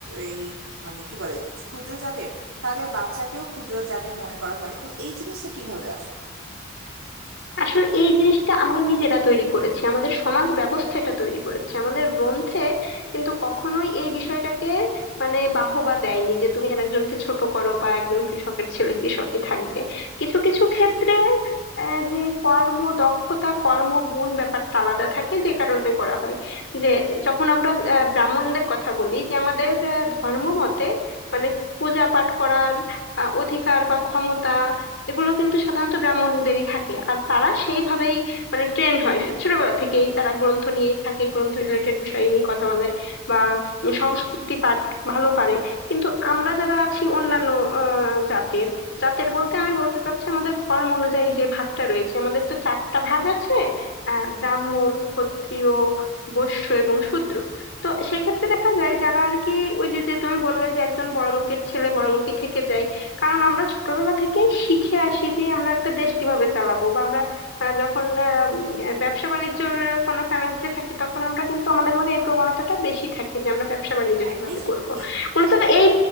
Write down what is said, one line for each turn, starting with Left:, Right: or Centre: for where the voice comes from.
Right: এই মানে কি বলে ক্ষুদ্র জাতের তাদের বাচ্চাকেও ক্ষুদ্র জাতের মনে করা হয় তো এই জিনিসটা কিভাবে আসলো
Left: আসলে এই জিনিসটা আমরা নিজেরা তৈরি করেছি আমাদের সমাজ ব্যবস্থা এটা তৈরি করেছে আমাদের গ্রন্থে কিন্তু কখনোই এই বিষয়টাকে মানে বাহবা দেয়নি যে তুমি আর একজনকে ছোট করো বা একজন কৃষকের ছেলে কৃষকই থাকবে কিছু কিছু ক্ষেত্রে আহ, যে কর্ম দক্ষতা কর্ম গুণ ব্যাপারটা আলাদা থাকে যে কারণে করা হয় যে যখন আমরা আহ, ব্রাহ্মণদের কথা বলি যে আমাদের আহ, ধর্ম মতে মানে পূজা পাঠ করার আহ, অধিকার বা ক্ষমতা এগুলো কিন্তু সাধারণত ব্রাহ্মণদেরই থাকে আর তারা সেইভাবেই মানে ট্রেন হয় ছো- ছোটবেলা থেকেই তারা গ্রন্থ নিয়েই থাকে গ্রন্থ রিলেটেড বিষয় নিয়ে কথা বলে বা সংস্কৃতি পাঠ ভালো পারে কিন্তু আমরা যারা আছি অন্যান্য আহ, জাতের জাতের বলতে আমি বলতে চাচ্ছি আমাদের কর্ম অনুযায়ী যে ভাগটা রয়েছে আমাদের তো চারটা ভাগ আছে আহ ব্রাহ্মণ ক্ষত্রিয় বৈশ্য এবং শূদ্র তো সেক্ষেত্রে দেখা যায় যারা আর কি ওই যে যে তুমি বললে যে একজন বড়লোকের ছেলে বড়লোকই থেকে যায় কারণ আমরা ছোটবেলা থেকে শিখে আসি যে আমরা একটা দেশ কিভাবে চালাবো বা আমরা আহ, যখন আহ, উম, ব্যবসা বাণিজ্যর আহ, কোনো ফ্যামিলিতে থাকি তখন আমরা কিন্তু আমাদের মধ্যে এই প্রবণতাটা বেশি থাকে যে আমরা ব্যবসা বাণিজ্য
Right: হ্যাঁ
Left: কিভাবে
Right: দেশি
Left: করব
Right: থাকে
Left: মূলত
Right: ঠিক ঠিক।
Left: এই